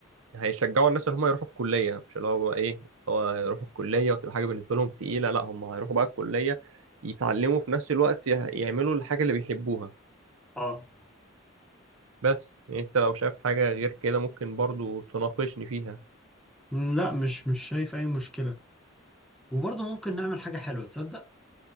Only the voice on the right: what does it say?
هيشجعوا الناس ان هم يروحوا الكليه مش اللي هو بقى ايه هو يروحوا الكليه وتبقى حاجه بالنسبه لهم تقيله لا هم هيروحوا بقى الكليه يتعلموا في نفس الوقت يه- يعملوا الحاجه اللي بيحبوها
بس يعني انت لو شايف حاجه غير كده ممكن برضو تناقشني فيها